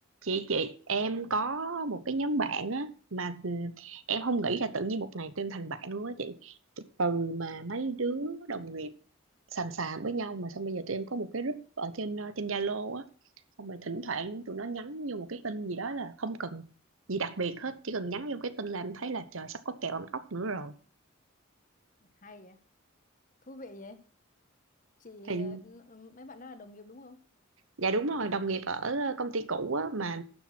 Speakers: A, on the right; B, on the left.
A: chị chị em có một cái nhóm bạn á mà ừ, em không nghĩ là tự nhiên một ngày tụi em thành bạn luôn á chị từ mà mấy đứa đồng nghiệp xàm xàm với nhau mà xong bây giờ tụi em có một cái group ở trên ờ, trên Zalo á xong rồi thỉnh thoảng tụi nó nhắn vô một cái tin gì đó là không cần gì đặc biệt hết chỉ cần nhắn vô cái tin là em thấy là trời sắp có kèo ăn ốc nữa rồi
B: hay vậy thú vị vậy chị
A: thì
B: ờ, n- mấy bạn đó là đồng nghiệp đúng không
A: dạ đúng rồi đồng nghiệp ở công ty cũ á mà